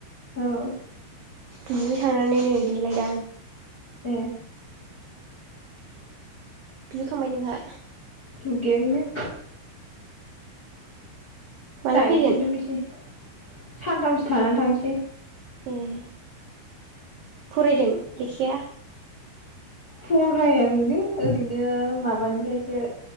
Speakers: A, on the left (about 35°); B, on the right (about 85°).
A: औ
B: दुगैखांनानै नै देलायदां
A: ए
B: दुगैखांबाय नोंहा?
A: दुगैयाखैनो
B: माला
A: दायोसो
B: फैगोन
A: दुगैसै। सानथामसो थानानै थांसै।
B: ए फरायदों लेखाया?
A: फरायखैनो ओरैनो माबानिफ्रायसो